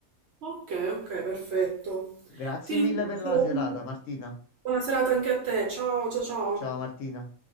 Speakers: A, on the right; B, on the left.
A: Ok, ok, perfetto.
B: Grazie
A: Ti
B: mille
A: ringrazio
B: per la serata,
A: comunque.
B: Martina.
A: Buona serata anche a te. Ciao, ciao, ciao.
B: Ciao Martina.